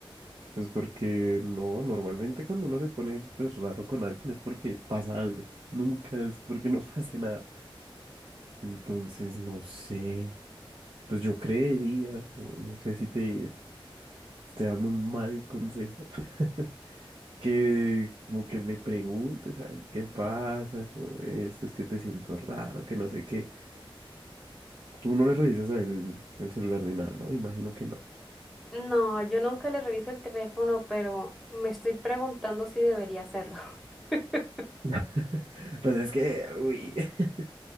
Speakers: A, on the right (about 65°); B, in the centre.
A: Pues porque no, normalmente cuando uno se pone pues, raro con alguien es porque pasa algo. Nunca es porque no <laughs> pase nada. Entonces, no sé. Pues yo creería, no, no sé si te estoy dando un mal consejo, <laughs> que como que le preguntes a él qué pasa, como, esto es que te siento raro, que no sé qué. Tú no le revisas a él el celular ni nada, ¿no? Imagino que no.
B: No, yo nunca le reviso el teléfono, pero me estoy preguntando si debería hacerlo. <laughs>
A: <laughs> Pues es que, uy. <laughs>